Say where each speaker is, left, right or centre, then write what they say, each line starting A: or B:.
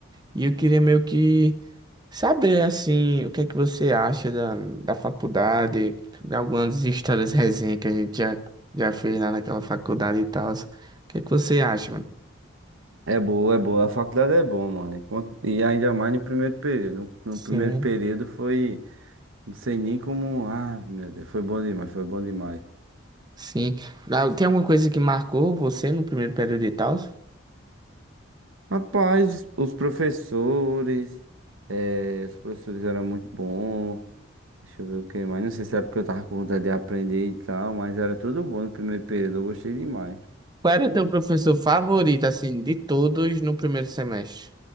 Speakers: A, on the right; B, on the right.
A: E eu queria meio que saber, assim, o que é que você acha da, da faculdade, algumas histórias resenha que a gente já, já fez lá naquela faculdade e tal. O que é que você acha, mano?
B: É boa, é boa. A faculdade é bom, mano. E quan- e ainda mais no primeiro período. No,
A: Sim,
B: no primeiro período foi, não sei nem como. Ah, meu Deus, foi bom demais, foi bom demais.
A: sim. Ah, Tem alguma coisa que marcou você no primeiro período e tal?
B: Rapaz, os professores, eh, os professores eram muito bons. Deixa eu ver o que mais. Não sei se é porque eu tava com vontade de aprender e tal, mas era tudo bom no primeiro período. Eu gostei demais.
A: Qual era teu professor favorito, assim, de todos no primeiro semestre?